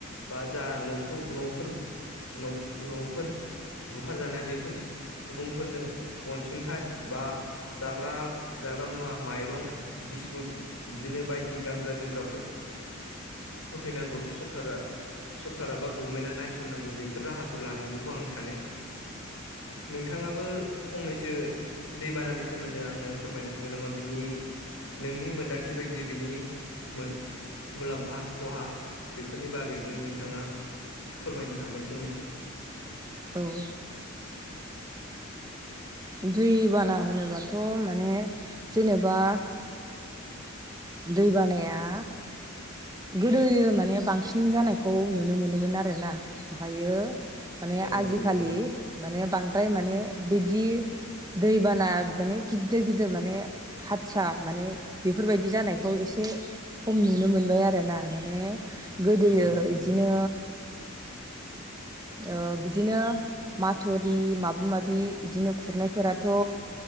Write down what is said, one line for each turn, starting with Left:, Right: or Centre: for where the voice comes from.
Left: बा जा न'खर न'फोर न'ख'- न'फोर बुखारजानाय बेफोर सुबुंफोरनो अनसुंथाइ बा जाग्रा- जाग्रा मुवा माइरं बिस्कुट बिब्दिनो बायदि गानग्रा-जोमग्राफोर होफैनांगौ सरकारा। सरकारा बा गभमेन्टआ नायस'ननांगौ बेफोर राहाखौ लानांगौखौ आं सानो। नोंथाङा बो फंनैसो दैबानानि सोमोन्दै आंनो फोरमायनो हागोन नामा बिनि नोंनि मोनदांथि बायदियै बिनि मो- मुलाम्फा फा खहा बेफोरनि बागैबो नोंथाङा फोरमायनो हागोन फंनैसो।
Right: उम। दै बाना होनोबाथ' माने जेनेबा दै बानाया गोदोयो माने बांसिन जानायखौ नुनो मोनोमोन आरोना ओमफायो माने
Left: औ
Right: आजिखालि
Left: नंगौ नोंथां
Right: माने बांद्राय माने बिदि दैबाना माने गिदिर गिदिर माने हाथसा माने बेफोरबाय जानायखौ एसे खम नुनो मोनबाय आरोना माने गोदोयो
Left: औ नंगौ
Right: इदिनो
Left: नोंथां
Right: ओ बिदिनो माथुरि माबा-माबि इदिनो खुरनायफोराथ'